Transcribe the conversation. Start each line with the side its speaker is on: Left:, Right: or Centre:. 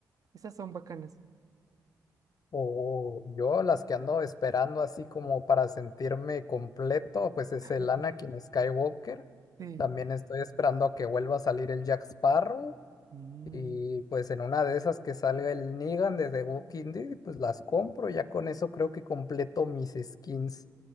Right: Esas son bacanas.
Left: O yo las que ando esperando así como para sentirme completo, pues es
Right: Ujú.
Left: el Anakin Skywalker.
Right: Sí.
Left: También estoy esperando a que vuelva a salir el Jack Sparrow
Right: Mm.
Left: Y pues en una de esas que salga el Negan de The Walking Dead, pues las compro. Ya con eso creo que completo mis skins.